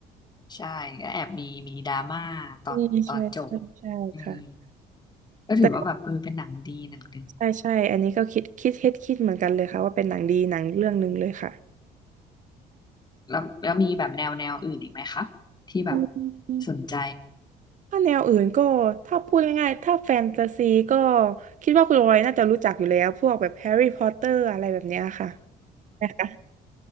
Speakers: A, on the left (about 25°); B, on the right (about 50°).
A: ใช่ก็แอบมีมีดราม่าตอนตอนจบ
B: อืมใช่ใช่ใช่ค่ะ
A: อืมก็ถือว่าแบบเออเป็นหนังดีหนังหนึ่ง
B: แต่ใช่ใช่อันนี้ก็คิดคิดเฮ็ดคิดเหมือนกันเลยค่ะว่าเป็นหนังดีหนังเรื่องหนึ่งเลยค่ะ
A: แล้วแล้วมีแบบแนวแนวอื่นอีกไหมคะที่แบบ
B: อืม
A: สนใจ
B: ถ้าแนวอื่นก็ถ้าพูดง่ายๆถ้าแฟนตาซีก็คิดว่าคุณออยน่าจะรู้จักอยู่แล้วพวกแบบแฮร์รี่พอตเตอร์อะไรแบบเนี้ยค่ะ <laughs> นะคะ